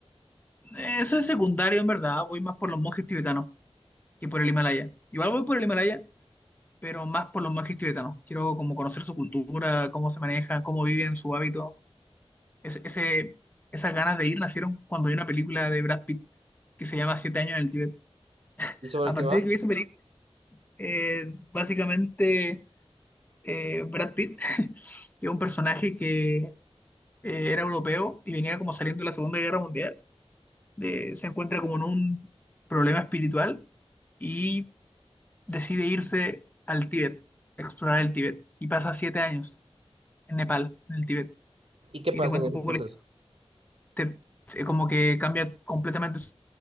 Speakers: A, on the left; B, on the right.
A: Eso es secundario, en verdad, voy más por los monjes tibetanos que por el Himalaya. Igual voy por el Himalaya, pero más por los monjes tibetanos. Quiero como conocer su cultura, cómo se maneja, cómo viven, su hábito. Ese, ese- esas ganas de ir nacieron cuando vi una película de Brad Pitt que se llama Siete años en el Tíbet.
B: ¿Y sobre
A: A partir
B: qué va?
A: de que vi esa película, eh, básicamente eh, Brad Pitt, <laughs> que es un personaje que eh, era europeo y venía como saliendo de la Segunda Guerra Mundial, de- se encuentra como en un problema espiritual y decide irse al Tíbet, a explorar el Tíbet, y pasa siete años en Nepal, en el Tíbet.
B: ¿Y qué
A: Y
B: pasa
A: te cuento
B: en ese
A: un poco,
B: proceso?
A: la historia. Te- eh, como que cambia completamente su,